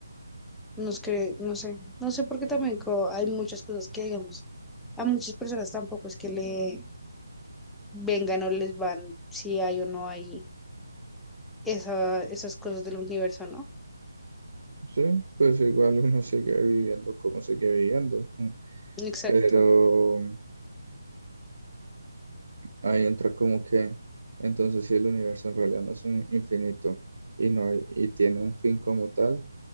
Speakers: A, in the centre; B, on the right.
A: nos creen, no sé, no sé porque también co- hay muchas cosas que digamos, a muchas personas tampoco es que le vengan o les van si hay o no hay esa, esas cosas del universo, ¿no?
B: Sí, pues igual uno sigue viviendo como sigue viviendo, mm,
A: Exacto.
B: pero mm, ahí entra como que entonces si el universo en realidad no es un infinito y no hay, y tiene un fin como tal,